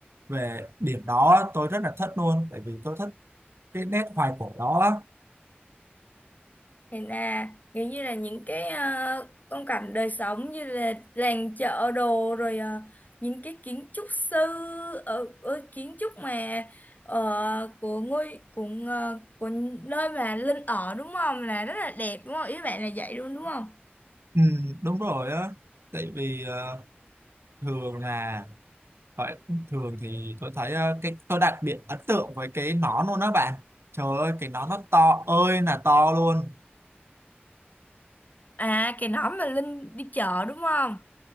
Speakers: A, on the right; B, on the left.
A: về điểm đó tôi rất là thích luôn tại vì tôi thích cái nét hoài cổ đó á.
B: Thì là kiểu như là những cái ờ, phong cảnh đời sống như là làng chợ đồ rồi ờ, những cái kiến trúc sư ở, ở kiến trúc mà ờ, của ngôi của ờ, của nơi mà Linh ở đúng không là rất là đẹp đúng không ý bạn là vậy luôn đúng không
A: ừ, đúng rồi á tại vì ờ, thường là gọi- thường thì tôi thấy ờ, cái tôi đặc biệt ấn tượng với cái nón luôn đó bạn trời ơi cái nón nó to ơi là to luôn
B: À cái nón mà Linh đi chợ đúng không?